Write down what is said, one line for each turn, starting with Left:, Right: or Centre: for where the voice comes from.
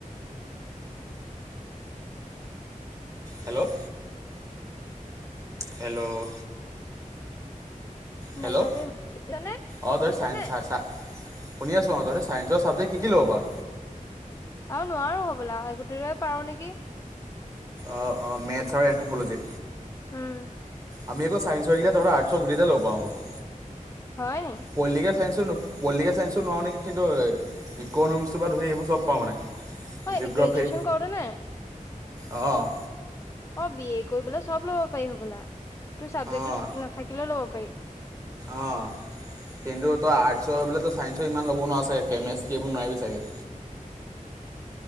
Right: হেল্ল' হেল্ল' হেল্ল'
Left: নাযাওঁ দেই শুনিছানে
Right: অঁ
Left: শুনিছানে
Right: তই চাইন চা- শুনি আছোঁ, অ তহতি ছাইঞ্চৰ চাবজেক্ট কি কি ল'ব পাৰ।
Left: আৰু নোৱাৰোঁ হ'বলা একগোটই পাৰো নেকি।
Right: অ অ মেথছ আৰু এন্থ'প'লজী।
Left: উম
Right: আমি আক ছায়ঞ্চসৰকেই তহঁতৰ আৰ্টচৰ গোটেই কেইটা লব পাৰোঁ আক।
Left: হয় নি।
Right: পলিটিকেল চায়েন্স পলিটিকেল চায়ন্সো নোৱাৰো নেকি, কিন্তু- ইক'নমিকছটো পা ধৰি এইবোৰ চব পাওঁ মানে-
Left: ঐ
Right: জিঅ'গ্ৰাফি
Left: গ্ৰেজুৱেচন কৰোতে নে
Right: অঁ-
Left: অঁ বি এ কৰিবলৈ চব ল'ব পাৰি হ'বলা তোৰ ছাবজেক্টটো
Right: অঁ
Left: নাথাকিলেও ল'ব পাৰি।
Right: অঁ, কিন্তু তই আৰ্টছৰ হৈ পেলায় তো ছাইন্ঞ্চৰ ইমান ল'ব নোৱাৰ ছাগে। কেমেষ্ট্ৰী সেইবোৰ নোৱাৰিবি চাগে।